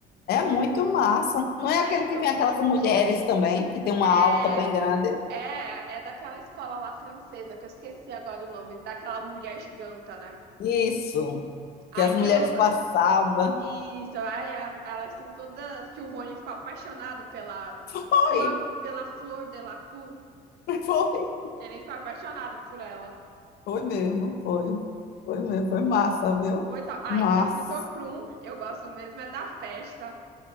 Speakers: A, on the left; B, on the right.
A: É muito massa. Não é aquele
B: É
A: que
B: topper.
A: vem aquelas mulheres também, que tem uma
B: É,
A: alta bem grande?
B: é, é daquela escola lá francesa, que eu esqueci agora o nome, daquela mulher giganta, né?
A: Isso,
B: Aí
A: que as mulheres
B: tem o. da-
A: passavam.
B: Isso, aí a- elas são todas. Que o Rony ficou apaixonado pela
A: Foi,
B: Fleur, pela Flor Delacour.
A: <laughs> foi,
B: Ele ficou apaixonado por ela.
A: foi mesmo, foi. Foi mesmo, foi massa, viu?
B: Muito. Aí
A: Massa.
B: tem o Vitor Krum, eu gosto mesmo, é da festa.